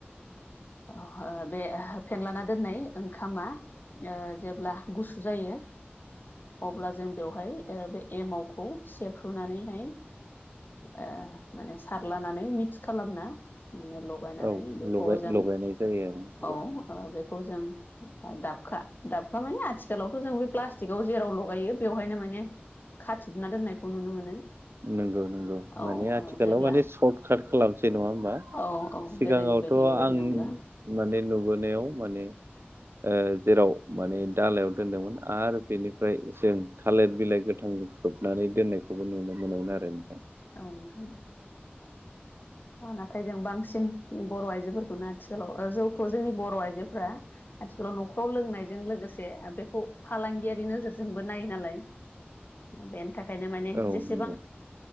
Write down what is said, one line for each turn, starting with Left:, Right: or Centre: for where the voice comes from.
Left: औ ओ-बे फेनलाना दोननाय ओंखामा ओ- जेब्ला गुसु जायो। अब्ला जों बेवहाय ओ-बे एमावखौ सेफ्रुनानैहाय ओ-माने सारलानानै मिक्स खालामना माने ल- गायनानै
Right: औ
Left: बेखौ
Right: लगाय
Left: जों
Right: लगायनाय जायो
Left: औ ओ-बेखौ जों दाबखा-दाबखा माने आथि- खालावथ' जों बे प्लास्टिकआव जेराव लगायो बेवहायनो माने खाथुबना दोननायखौ नुनो मोनो।
Right: नंगौ नंगौ
Left: औ
Right: माने आथिखालाव
Left: ओ जेब्ला
Right: माने सर्ट काट खालामसै नङा होमबा?
Left: औ औ
Right: सिगाङावथ'
Left: गोदोनि बायदि बेबायदि
Right: आं
Left: नंला
Right: माने नुबोनायाव माने ओ-जेराव माने दालायाव दोनदोंमोन आरो बेनिफ्राय जों थालिर बिलाइ गोथांख्रबनानै दोननायखौबो नुनो मोनोमोन आरो नोंथां।
Left: औ नोंथां ओ-नाथाय जों बांसिन बर' आइजोफोरखौनो आथिखालाव ओ-जौखौ जोंनि बर' आइजोफोरा आथिखालाव न'खराव लोंनायजों लोगोसे बेखौ फालांगियारि नोजोरजोंबो नायो नालाय। <inaudible> बेनि थाखायनो माने
Right: औ
Left: जेसेबां
Right: नंगौ